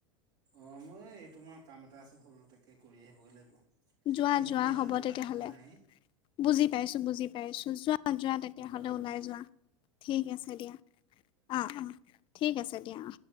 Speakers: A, on the right (about 35°); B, on the left (about 30°).
A: অ মোৰ এই তোমাৰ কাম এটা আছিল সৰু তাকে কৰি আহিব লাগিব।
B: যোৱা
A: দিনতটো
B: যোৱা
A: ওলাই
B: হ'ব
A: যাবলৈ
B: তেতিয়াহ'লে
A: সাধ্য নাই। ন <unintelligible>
B: বুজি পাইছো বুজি পাইছো যোৱা যোৱা তেতিয়াহলে
A: বাৰু
B: ওলাই যোৱা। ঠিক আছে দিয়া অ অ ঠিক আছে দিয়া অ।